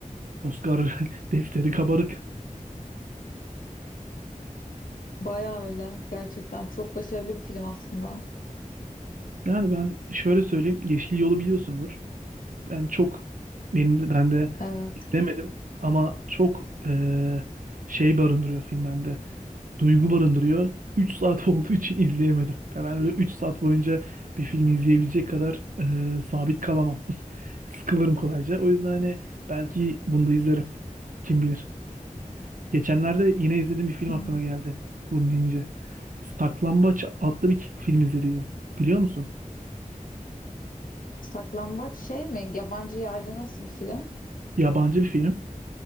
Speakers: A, on the right (about 75°); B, on the left (about 85°).
A: Oscar <laughs> defteri kabarık.
B: Baya öyle. Gerçekten çok başarılı bir film aslında.
A: Yani ben şöyle söyleyeyim Yeşil Yol'u biliyorsundur. Ben çok beni ben de
B: Evet.
A: izlemedim ama çok eee, şey barındırıyor film bende. Duygu barındırıyor. 3 saat <laughs> olduğu için izleyemedim. Ya Ben öyle 3 saat boyunca bir filmi izleyebilecek kadar eee, sabit kalamam. <laughs> Sıkılırım kolayca. O yüzden hani belki bunu da izlerim. Kim bilir. Geçenlerde yine izlediğim bir film
B: Hı
A: aklıma
B: hı.
A: geldi. Bunu deyince. Saklambaç adlı bir film izledim. Biliyor musun?
B: Saklambaç şey mi? Yabancı yerli nasıl bir film?
A: Yabancı bir film.